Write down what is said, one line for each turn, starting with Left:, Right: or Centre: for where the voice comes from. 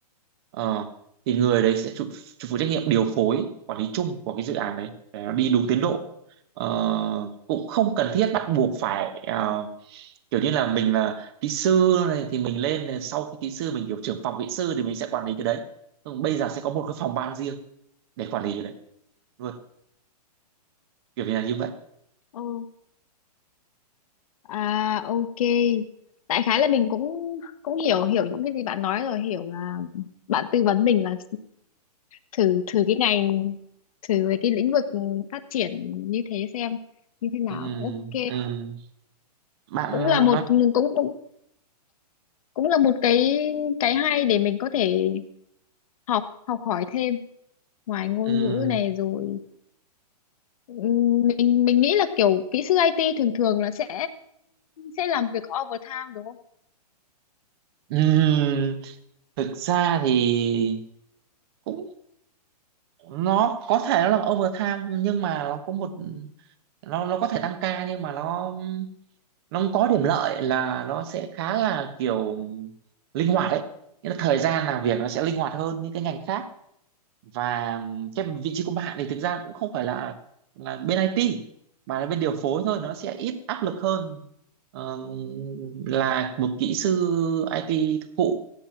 Right: Ờ, thì người đấy sẽ chịu chịu phụ trách nhiệm điều phối quản lý chung của cái dự án đấy để nó đi đúng tiến độ Ờ, cũng không cần thiết bắt buộc phải ờ, kiểu như là mình là kỹ sư này thì mình lên này, sau khi kỹ sư mình kiểu trưởng phòng kỹ sư thì mình sẽ quản lý cái đấy Nhưng bây giờ sẽ có một cái phòng ban riêng để quản lý cái đấy luôn kiểu như là như vậy
Left: Ồ, à ok đại khái là mình cũng cũng hiểu hiểu những cái gì bạn nói rồi hiểu là bạn tư vấn mình là thử thử cái ngành thử về cái lĩnh vực phát triển như thế xem như thế nào
Right: Ừm,
Left: ok
Right: ừm. bạn
Left: cũng là một
Right: nói
Left: cũng cũng cũng là một cái cái hay để mình có thể học học hỏi thêm ngoài ngôn
Right: ừm,
Left: ngữ này rồi ừm, mình mình nghĩ là kiểu kỹ sư IT thường thường là sẽ sẽ làm việc overtime đúng không
Right: ừm. thực ra thì cũng nó có thể nó là overtime nhưng mà nó có một nó nó có thể tăng ca nhưng mà nó nó không có điểm lợi là nó sẽ khá là kiểu linh hoạt đấy nghĩa là thời gian làm việc nó sẽ linh hoạt hơn những cái ngành khác và cái vị trí của bạn thì thực ra cũng không phải là là bên IT mà là bên điều phối thôi nó sẽ ít áp lực hơn ờ, là một kỹ sư IT thực thụ